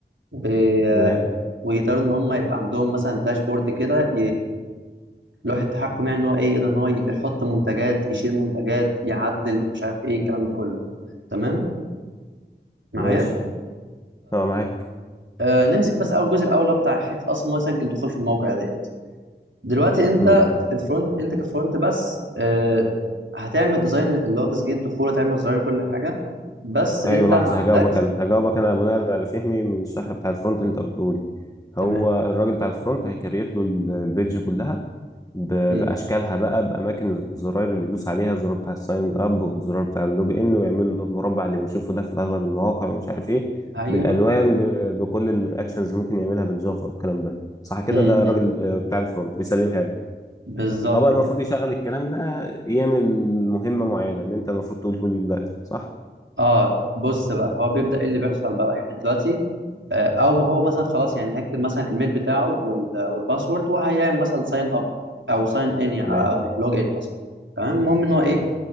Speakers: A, on the right (about 90°); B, on the left (about 20°).
A: و-
B: تمام
A: ويقدروا ان هم يبقى عندهم مثلا داشبورد كده لوحة تحكم يعني ان هو ايه يقدر ان هو يحط منتجات يشيل منتجات يعدل مش عارف ايه الكلام ده كله تمام معايا
B: ماشي اه معاك
A: فنمسك بس اول جزء الاول اللي هو بتاع حته اصلا إن هو يسجل دخول في الموقع ديت دلوقتي انت
B: مم.
A: في الفرونت انت كفرونت بس آه، هتعمل ديزاين اللي هو تسجيل الدخول هتعمل زرار كل حاجه بس انت
B: ايوه لحظه
A: ما عندكش
B: هجاوبك انا هجاوبك انا بناء على فهمي من الشرح بتاع الفرونت اللي انت قلته لي
A: تمام
B: هو الراجل بتاع الفرونت هيكريت له ال- البيدج كلها ب-
A: مم.
B: باشكالها بقى باماكن الزراير اللي يدوس عليها الزرار بتاع الساين اب والزرار بتاع اللوج ان ويعمل له المربع اللي بنشوفه ده في اغلب المواقع ومش عارف ايه
A: ايوه
B: بالالوان ب- بكل الرياكشنز اللي ممكن يعملها بالجافا والكلام ده صح كده
A: مم.
B: ده الراجل
A: مم.
B: آه، بتاع الفرونت بيسلمها لي
A: بالظبط
B: هو بقى المفروض
A: كده
B: يشغل الكلام ده يعمل مهمه معينه اللي انت المفروض تقوله لي دلوقتي صح
A: اه بص بقى هو بيبدأ ايه اللي بيحصل بقى يعني دلوقتي آه، او ما هو مثلا خلاص يعني هيكتب مثلا الميل بتاعه وال- والباسورد وهيعمل مثلا ساين اب او ساين ان يعني
B: تمام
A: لوج ان مثلا تمام المهم ان هو ايه
B: مم.